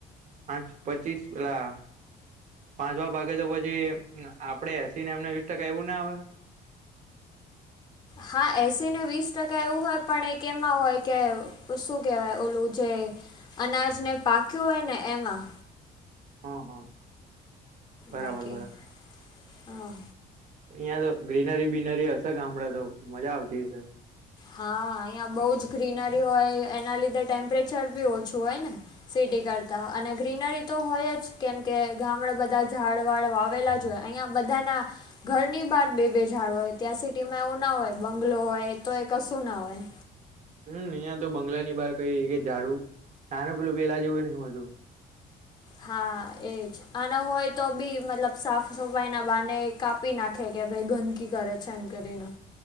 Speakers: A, on the right (about 45°); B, on the left (about 25°).
A: પાંચ પચીસ પલા. પાંચવા ભાગે તો પછી આપડે હસી ને એમને વીસ ટકા એવું ના આવે.
B: હા એસી ને વીસ ટકા એવું હોય પણ એ કેમાં હોય કે શું કેહેવાય ઓલું જે. અનાજને પાક્યો હોય ને એમાં.
A: હા હા. બરાબર
B: બાકી હા.
A: અહીિયાં તો ગ્રીનરી બીનરી હશે ગામડે તો મજા આવતી હશે.
B: હા અહિયાં બઉ જ ગ્રીનરી હોય એના લીધે ટેમ્પરેચર બી ઓછું હોય ને. સિટી કરતા અને ગ્રીનરી તો હોય જ કેમ કે ગામડાે બધા ઝાડ વાળ વાવેલા. જો અહીંયા બધાના ઘરની બહાર બે બેઝાડ હોય ત્યાં સિટીમાં એવું ના હોય બંગલો હોય. તો એ કશું ના હોય.
A: હમ અહિયાં તો બંગલા ની બાર કઈ કે ઝાડુ નાનો પેલો પેલા જેવ નહ હ હતું.
B: હા એજ. અને હોય તો બી મતલબ સાફ સફાઈ ના બાને કાપી નાખે કે ભાઈ ગંદકી કરે છે. સાયંકલણ